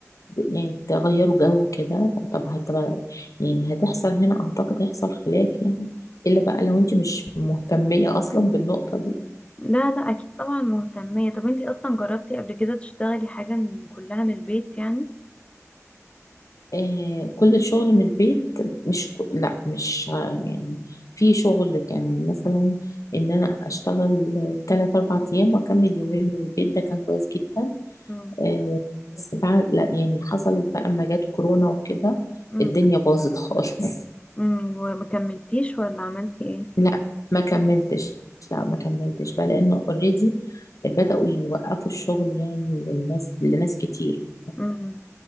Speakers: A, on the left; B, on the left.
A: يعني تغيروا جو كده طب هتبقى يعني هتحصل هنا اعتقد هيحصل خلاف يعني الا بقى لو انت مش مهتمية اصلا بالنقطة دي
B: لا لا اكيد طبعا مهتمية طب انتي اصلا جربتي قبل كده تشتغلي حاجة من- كلها من البيت يعني
A: آه، كل الشغل من البيت مش ك- لا مش آه، يعني في شغل كان مثلا ان انا اشتغل ثلاث اربع ايام واكمل يومين من البيت ده كان كويس جدا
B: مم.
A: آه، بس بعد لا يعني حصلت بقى اما جت كورونا وكده
B: مم.
A: الدنيا باظت خالص <laughs>
B: مم. ومكملتيش ولا عملتي ايه
A: لا ما كملتش لا ما كملتش بقى لانه اوريدي بدأوا يوقفوا الشغل يعني للناس لناس كتير
B: مم.